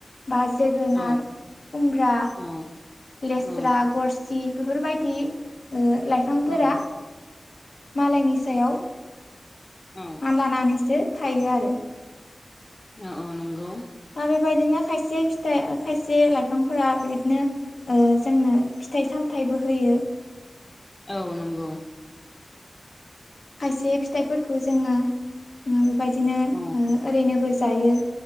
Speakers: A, on the left; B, on the left.
A: बा जोगोनार
B: औ
A: खुमब्रा
B: औ
A: लेस्रा
B: औ
A: गरसि बेफोरबायदि ओ लाइफांफोरा
B: औ
A: मालायनि सायाव
B: औ
A: मानलानानैसो थायो आरो
B: अ-अ नंगौ
A: दा बेबायदिनो खायसे फिथाइ खायसे लाइफांफोरा बेबायदिनो ओ जोंनो फिथाइ सामथाइबो होयो।
B: औ नंगौ
A: खायसे फिथाइफोरखौ जोङो ओ बेबायदिनो ओ
B: औ
A: ओरैनोबो जायो